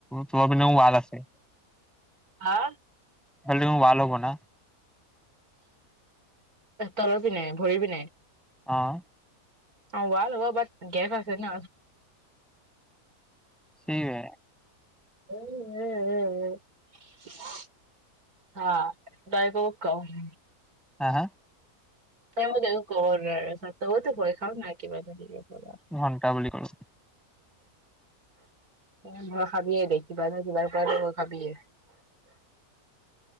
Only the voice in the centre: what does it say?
তোমাৰ ফালে ভাল আছে।
কালিও ৱাল হব ন?
অহ
সোৱে <unintelligible>
হা?
ঘন্টা বুলি কলো